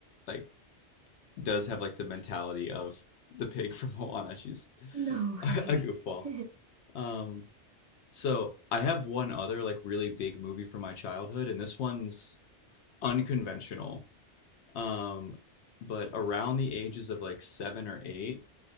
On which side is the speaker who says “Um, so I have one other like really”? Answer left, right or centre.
Left